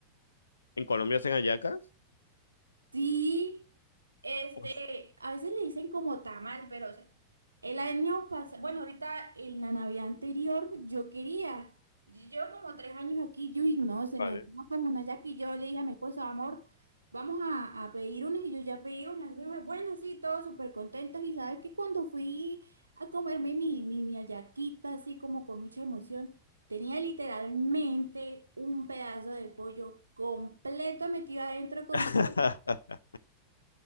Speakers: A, on the left; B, on the right.
A: ¿En Colombia hacen hallacas?
B: Sí. Este,
A: Pues,
B: a veces le dicen como tamal, pero o sea, el año pasado, bueno, ahorita en la Navidad anterior yo quería, yo llevo como tres años aquí, yo y no, se
A: Vale.
B: me antoja como una yaca y yo le dije a mi esposo, amor, vamos a, a pedir unas y yo ya pedí unas, bueno, bueno, sí, todos súper contentos y sabes que cuando fui a comerme mi, mi, mi hallaquita así como con mucha emoción, tenía literalmente un pedazo de pollo completo metido adentro con...
A: <laughs>